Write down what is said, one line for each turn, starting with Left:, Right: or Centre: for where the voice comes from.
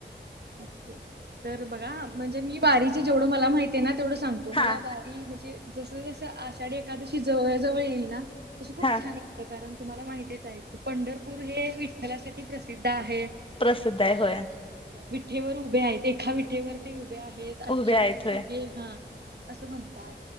Right: ओके तर बघा म्हणजे मी बारीचे जेवढं मला माहिती आहे ना तेवढं सांगतो. तो
Left: हा
Right: मला बारी म्हणजे जस जस आषाढी एखादशी जवळ जवळ येईल ना. तसं खूप
Left: हा
Right: छान ऐतं कारण तुम्हाला माहितीच आहे, की पंढरपूर हे विठ्ठलासाठी प्रसिद्ध आहे.
Left: प्रसिद्धाय होय.
Right: विठेवर उभे आहेत एका विठेवर ते उभे आहेत अठ्ठावीस
Left: उभे आहेत होय
Right: युगे हा असं म्हणतात